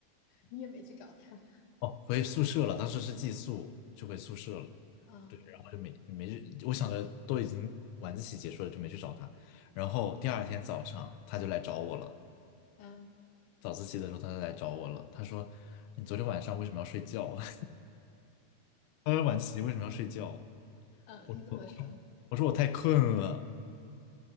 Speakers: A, on the left; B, on the left.
A: 你也没去找他，<laughs>
B: 哦，回宿舍了，当时是寄宿，就回宿舍了。
A: 啊
B: 对，然后就没没去我想着都已经晚自习结束了，就没去找他。然后第二天早上他就来找我了，
A: 啊
B: 早自习的时候他就来找我了。他说：“你昨天晚上为什么要睡觉啊？” <laughs> 他说：“晚自习为什么要睡觉啊？”
A: 啊，
B: 我说：
A: 你怎么说？
B: “我说我太困了，